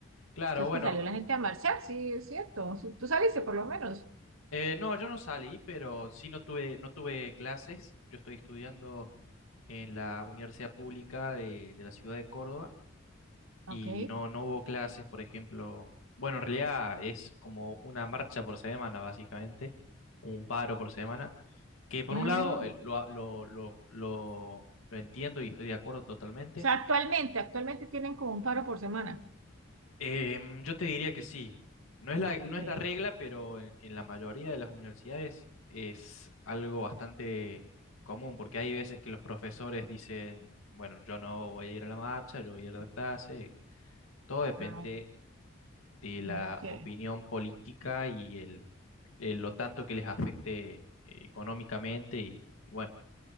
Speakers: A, on the left; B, on the right.
A: Claro,
B: Entonces
A: bueno,
B: que salió la gente a marchar, sí, es cierto. Su- Tú saliste por lo menos.
A: eh, no, yo no salí, pero sí no tuve, no tuve clases. Yo estoy estudiando en la Universidad Pública de, de la ciudad de Córdoba
B: Ok.
A: y no, no hubo clases, por ejemplo. Bueno, en realidad es como una marcha por semana, básicamente, un paro por semana, que por
B: Mm,
A: un lado eh, lo, lo, lo, lo lo entiendo y estoy de acuerdo totalmente.
B: O sea, actualmente, actualmente tienen como un paro por semana.
A: Em, yo te diría que sí. No es la,
B: Ah, Ok.
A: no es la regla, pero en, en la mayoría de las universidades es algo bastante común, porque hay veces que los profesores dicen, bueno, yo no voy a ir a la marcha, yo voy a ir a la clase. Todo depende
B: Ah,
A: de la
B: ok.
A: opinión política y el, el- lo tanto que les afecte eh, económicamente y, y bueno,